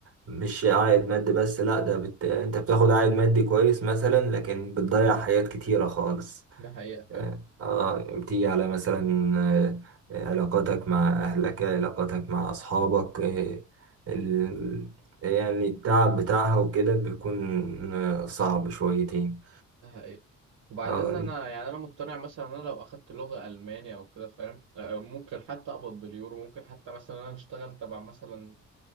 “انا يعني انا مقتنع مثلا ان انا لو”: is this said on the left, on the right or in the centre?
Right